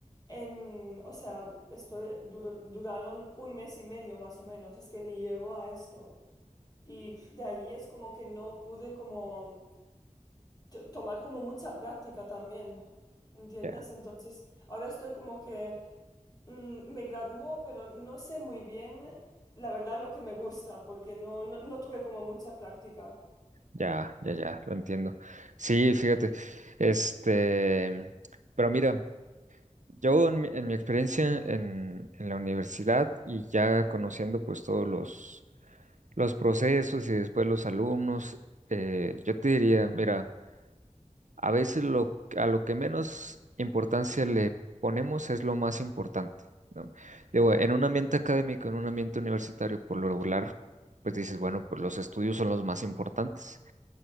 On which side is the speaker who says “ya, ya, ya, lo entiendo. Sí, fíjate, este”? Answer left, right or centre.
Right